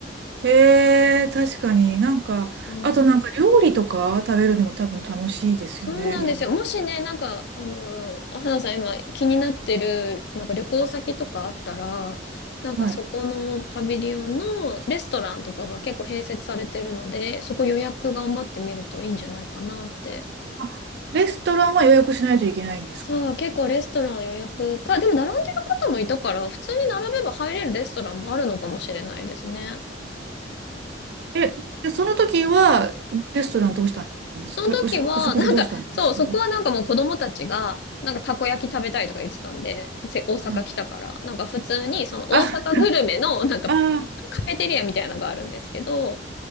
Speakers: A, on the right (about 60°); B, on the left (about 60°).
A: へえ、確かに。なんか、
B: うん、
A: あとなんか料理とか食べるのも多分楽しいですよね。
B: そうなんですよ。
A: いろん
B: もしね、なんか、あのー、花さん今気になってる、なんか旅行先とかあったら、なんかそこのパビリオンのレストランとかが結構併設されてるので、
A: な。はい。
B: そこ予約頑張ってみるといいんじゃないかなって。
A: あ、レストランは予約しないといけないんですか
B: そう、結構レストラン予約か、でも並んでる方もいたから、普通に並べば入れるレストランもあるのかもしれないですね。
A: え、で、その時は、レストランどうしたんですかたおし、
B: その時は、
A: お食事どうしたんですかう
B: なんか、そう、そこはなんかもう子供たちが、なんかたこ焼き食べたいとか言ってたんで、せ大阪来たから、
A: ん
B: なんか普通にその大阪グルメの、
A: あ、
B: なんか
A: あ
B: カフェテリアみたいなのがあるんですけど、